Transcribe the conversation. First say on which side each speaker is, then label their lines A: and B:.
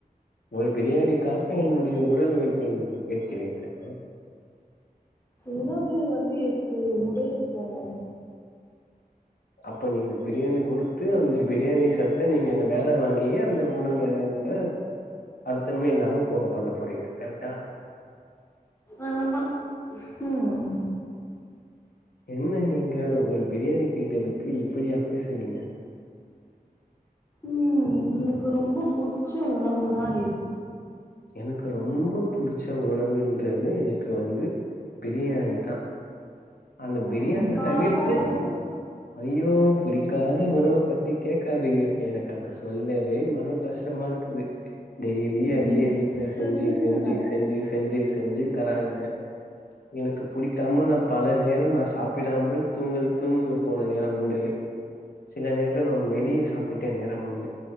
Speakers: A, on the left; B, on the left.
A: ஒய் பிரியாணிக்காக என்னுடைய உடல் உழைப்பை நீங்கள் கேட்கிறீர்கள்
B: உணவு வந்து எதுக்கு உடலுக்கு தானே
A: அப்ப நீங்க பிரியாணி கொடுத் து அந்த பிரியாணி சத்த நீங்க என்ன வேலை வாங்கி ஏ அந்த உணவுோட அர்த்தமே இல்லாம போக பண்ண போறீங்க கரெக்டா
B: ஆஹமா உம்
A: என்ன நீங்க ஒரு பிரியாணி கேட்டதுக்கு இப்படியா பேசுவீங்க
B: உம் உனக்கு ரொம்ப பிடிச்ச உணவு தான்
A: எனக்கு ரொம்ப புடிச் ச்ச உணவுன்றது எனக்கு வந்து பிரியாணி தா அந்த
B: அப்ப
A: பிரியாணி
B: புடிக்காத
A: தவிர்த்து
B: உணவுனா
A: ஐயோ பிடிக்காத உணுவ பத் த்தி கேக்காதீங்க எனக்கு அதை சொல்லவே மன கஷ்டமா இருக்குது டெய்லியே அதையே
B: நீங்க
A: வீட்டுல செஞ்சு
B: சொல்லுங்கண்ணா
A: செஞ்சு செஞ்சு செஞ்சு செஞ்சு தராங்க எனக்கு புடிக்காம நா பல நேரம் நா சாப்பிடாமல் தூங்க தூங்க போன நேரம் உண்டு சில நேர நம் வெளியே சாப்பிட் <unintelligible> நேரம்